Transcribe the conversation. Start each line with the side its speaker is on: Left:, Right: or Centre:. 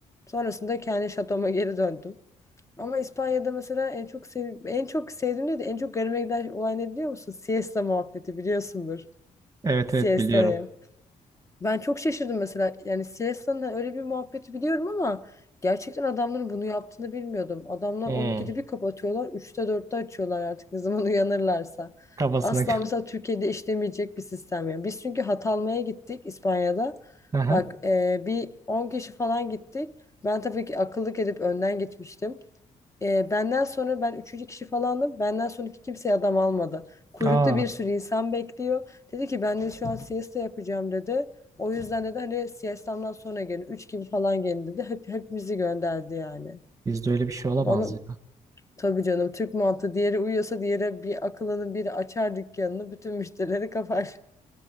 Left: Sonrasında kendi şatoma geri döndüm. Ama İspanya'da mesela en çok sev en çok sevdiğim değil de en çok garime giden olay ne biliyor musun? Siesta muhabbeti biliyorsundur.
Right: Evet
Left: Siesta'yı.
Right: evet biliyorum.
Left: Ben çok şaşırdım mesela. Yani siesta'nın hani öyle bir muhabbeti biliyorum ama gerçekten adamların bunu yaptığını bilmiyordum. Adamlar
Right: Hı.
Left: 12'de bir kapatıyorlar, 3'te 4'te açıyorlar artık ne zaman <laughs> uyanırlarsa.
Right: Kafasına.
Left: Asla
Right: <laughs>
Left: mesela Türkiye'de işlemeyecek bir sistem yani. Biz çünkü hat almaya gittik İspanya'da.
Right: Aha.
Left: Bak e, bir 10 kişi falan gittik. Ben tabii ki akıllık edip önden gitmiştim. E, benden sonra ben üçüncü kişi falandım. Benden sonraki kimse adam almadı. Kuyrukta
Right: Aa,
Left: bir sürü insan bekliyor. Dedi ki ben de şu an siesta yapacağım dedi. O yüzden dedi hani siestamdan sonra gelin. Üç gibi falan gelin dedi. Hep, hepimizi gönderdi yani.
Right: bizde öyle bir şey olamaz
Left: Bana
Right: ya.
Left: tabii canım Türk mantığı diğeri uyuyorsa diğeri bir akılını biri açar dükkanını bütün müşterileri kapar.